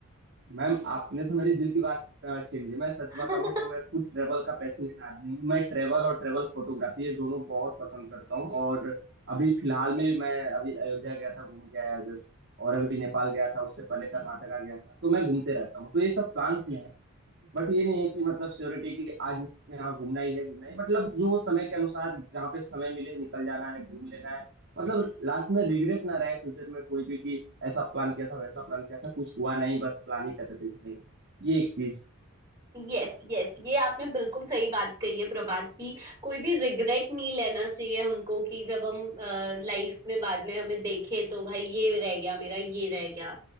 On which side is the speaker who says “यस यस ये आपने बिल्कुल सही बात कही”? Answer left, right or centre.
Right